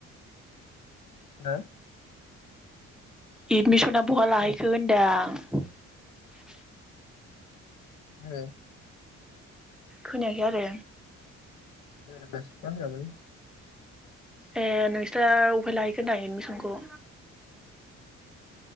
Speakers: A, on the left; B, in the centre.
A: हो।
B: एडमिसन। ना बहा लाहैखो
A: दे
B: होनदां। <unintelligible>
A: ए।
B: खोनायाखै आरो।
A: खोनादों‌मा होनदों <inaudible>
B: ए नोंस्रा अबहाय लाहैगोन ना एदमिसनखौ।